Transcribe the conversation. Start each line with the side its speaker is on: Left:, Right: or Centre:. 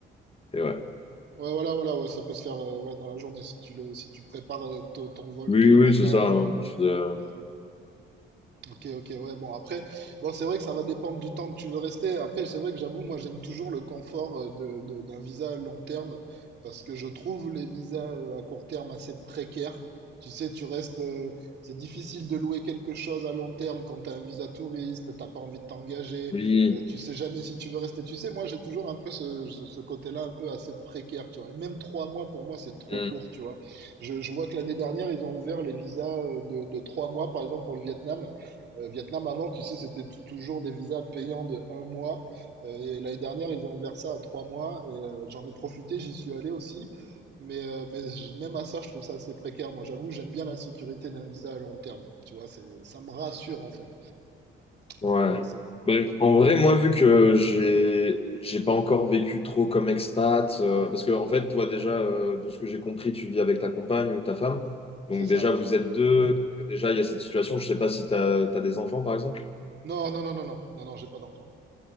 Left: et ouais.
Right: Ouais, voilà, voilà, ouais, ça peut se faire euh, ouais, dans la journée si tu le, si tu prépares euh, t- ton vol
Left: Oui,
Right: tôt le
Left: oui,
Right: matin.
Left: c'est ça. hein. Je faisais- euh,
Right: euh, ouais, ouais. Ok, ok, ouais, bon, après, bon, c'est vrai que ça va dépendre du temps que tu veux rester. Après, c'est vrai que j'avoue, moi, j'aime toujours le confort euh, de, de- d'un visa à long terme parce que je trouve les visas euh, à court terme assez précaires. Tu sais, tu restes, euh, c'est difficile de louer quelque chose à long terme quand tu as un visa touriste, t'as pas envie de t'engager,
Left: oui.
Right: euh, tu sais jamais si tu veux rester. Tu sais, moi, j'ai toujours un peu ce, ce ce côté-là un peu assez précaire, tu vois. Et même trois mois, pour moi, c'est trop
Left: hmm.
Right: court, tu vois. Je, je vois que l'année dernière, ils ont ouvert les visas euh, de, de trois mois, par exemple, pour le Vietnam. Euh, Vietnam, avant, tu sais, c'était t- toujours des visas payants de un mois. Euh, et l'année dernière, ils ont ouvert ça à trois mois. Et euh, j'en ai profité, j'y suis allé aussi. Mais, euh, mais j- même à ça, je trouve ça assez précaire. Moi, j'avoue, j'aime bien la sécurité d'un visa à long terme. Tu vois, c'est, ça me rassure, en fait. Donc,
Left: Ouais.
Right: euh, c'est, ouais,
Left: Ben, en vrai, moi, vu que j'ai j'ai pas encore vécu trop comme expat, euh, parce que en fait, toi déjà, euh, de ce que j'ai compris, tu vis avec ta compagne ou ta femme,
Right: c'est
Left: donc
Right: ça.
Left: déjà vous êtes deux, donc euh, déjà il y a cette situation. Je sais pas si t'as t'as des enfants, par exemple.
Right: Non, non, non, non, non, non, non, j'ai pas d'enfant.